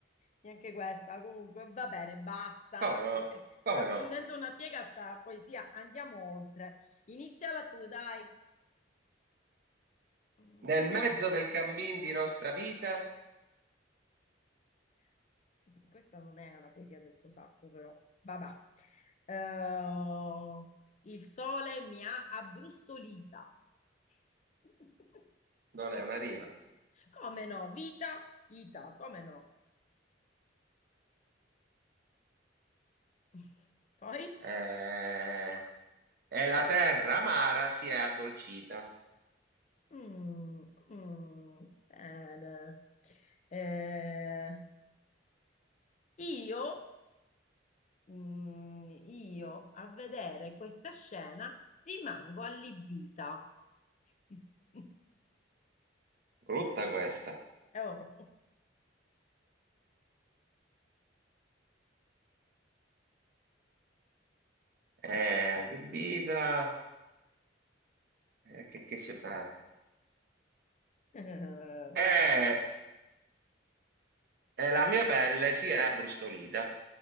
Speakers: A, on the left; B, on the right.
A: neanche questa. Comunque, va bene, basta.
B: Come no?
A: Perché
B: Come
A: sta
B: no?
A: prendendo una piega sta poesia. Andiamo oltre. Iniziala tu, dai. Mm,
B: Nel
A: Ci vuole
B: mezzo
A: fantasia.
B: del cammin di nostra vita
A: qui. <laughs> Questa non è una poesia del tuo sacco, però. Vabbè. Eh, il sole mi ha abbrustolita. <laughs>
B: non è una rima.
A: Come no? Vita, ita, come no? <laughs> Poi?
B: Eh, E la terra amara si è addolcita.
A: Mm, mm, bene. Eh, io, mm, io a vedere questa scena rimango allibita. <laughs>
B: Brutta questa.
A: Oh.
B: È allibita. Eh, che, che si fa?
A: Eh,
B: Eh, E la mia pelle si è abbrustolita.